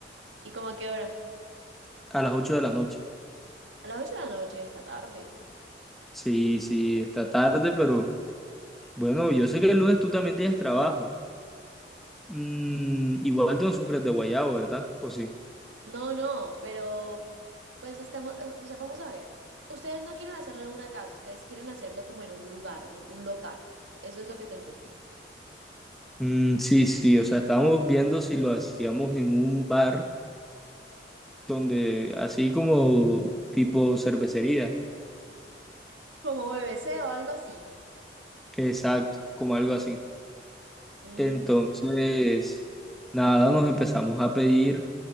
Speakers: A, on the right (about 80°); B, in the centre.
A: ¿Y como a qué hora?
B: a las 8 de la noche.
A: A las 8 de la noche, esta tarde.
B: Sí, sí, está tarde, pero bueno, yo sé que el lunes tú también tienes trabajo. Mm, igual tú no sufres de guayabo, ¿verdad? ¿O sí?
A: No, no, pero pues estamos, eh, o sea, vamos a ver. Ustedes no quieren hacerlo en una casa, ustedes quieren hacerlo como en un lugar, un, un local. Eso es lo que te entendí.
B: Mm, sí, sí, o sea, estábamos viendo si lo hacíamos en un bar donde así como tipo cervecería,
A: Como B B C o algo así.
B: exacto, como algo así.
A: Mm,
B: Entonces, nada, nos empezamos a pedir